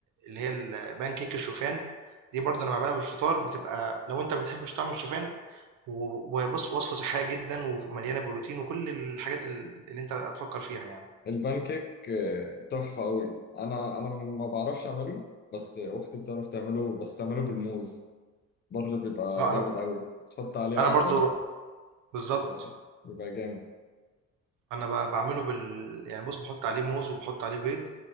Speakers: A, on the right; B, on the left.
A: اللي هي البان كيك الشوفان دي برضه انا بعملها بالفطار بتبقى لو انت ما بتحبش طعم الشوفان و- وبص وصفه صحيه جدا ومليانه بروتين وكل الحاجات ال- اللي انت هتفكر فيها يعني
B: البان كيك آه، تحفه قوي انا انا ما بعرفش اعمله بس اختي بتعرف تعمله بس تعمله بالموز برضه بيبقى
A: اه
B: جامد
A: انا
B: قوي بتحط عليه
A: انا
B: عسل
A: برضه بالظبط
B: فبيبقى جامد
A: أنا ب باعمله بال يعني بُص، باحُط عليه موز وباحُط عليه بيض،